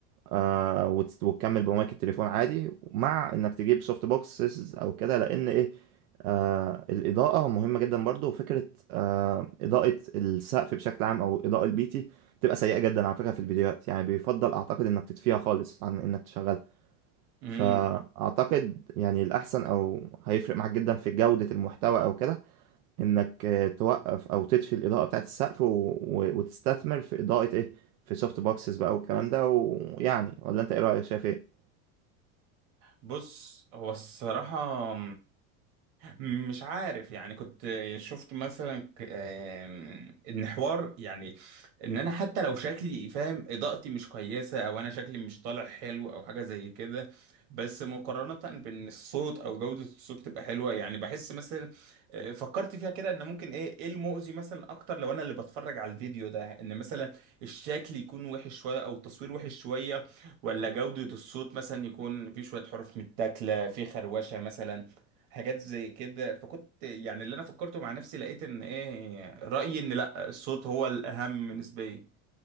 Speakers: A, on the right; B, on the right.
A: آه وتس- وتكمل بمايك التليفون عادي مع انك تجيب سوفت بوكسز او كده لان ايه آه الاضاءه مهمه جدا برضو وفكره آه اضاءه السقف بشكل عام او اضاءه البيتي بتبقى سيئه جدا على فكره في الفيديوهات يعني بيفضل اعتقد انك تطفيها خالص عن انك تشغلها
B: امم
A: فاعتقد يعني الاحسن او هيفرق معاك جدا في جوده المحتوى او كده انك آه، توقف او تطفي الاضاءه بتاعت السقف و... و... وتستثمر في اضاءه ايه في سوفت بوكسز بقى والكلام ده ويعني ولا انت ايه رايك شايف ايه
B: بص هو الصراحة مش عارف يعني كنت شفت مثلا ك- آم، ان حوار يعني ان انا حتى لو شكلي فاهم اضاءتي مش كويسه او انا شكلي مش طالع حلو او حاجه زي كده بس مقارنه بان الصوت او جوده الصوت تبقى حلوه يعني بحس مثلا آه، فكرت فيها كده ان ممكن ايه ايه المؤذي مثلا اكتر لو انا اللي بتفرج على الفيديو ده ان مثلا الشكل يكون وحش شويه او التصوير وحش شويه ولا جوده الصوت مثلا يكون في شويه حروف متاكله في خروشه مثلا حاجات زي كده فكنت يعني اللي انا فكرته مع نفسي لقيت ان ايه رأيي ان لا الصوت هو الاهم نسبيا